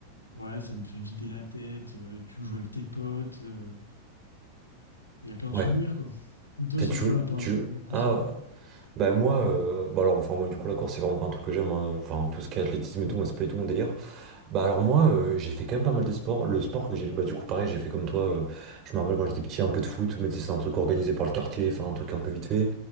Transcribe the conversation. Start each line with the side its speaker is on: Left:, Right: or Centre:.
Left: ouais, ça me fait vider la tête. euh, tu joues avec tes potes. euh, Il y a plein
Right: Ouais.
Left: de souvenirs, quoi. Et toi,
Right: T'es-
Left: c'est
Right: Tu,
Left: quoi, à part
Right: tu,
Left: le- la course
Right: ah,
Left: après?
Right: Bah moi, euh, bah alors enfin moi du coup la course c'est vraiment pas un truc que j'aime, hein. Enfin tout ce qui est athlétisme
Left: Hmm.
Right: et tout, moi c'est pas du tout mon délire. Bah alors moi euh, j'ai fait quand même pas mal de sports. Le sport que j'ai, bah du coup pareil j'ai fait comme toi. euh, je me rappelle quand j'étais petit un peu de foot, mais tu sais, c'est un truc organisé par le quartier, enfin un truc un peu vite fait.